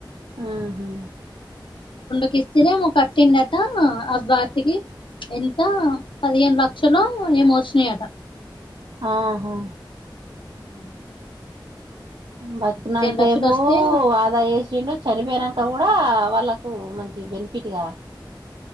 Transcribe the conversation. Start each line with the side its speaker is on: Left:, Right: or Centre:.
Right: ఆహా
Left: కిస్తినేమో కట్టిండట అవ్వన్ కి ఎంత పదిహేను లక్షలో ఏమో వచ్చినాయట
Right: ఆహా
Left: ఉ
Right: బతుకున్నాంతసేపు
Left: లక్షలు వస్తే
Right: ఆదా జేసిండు చనిపోనంక కూడా వాళ్ళకు మంచి బెన్ఫిట్గా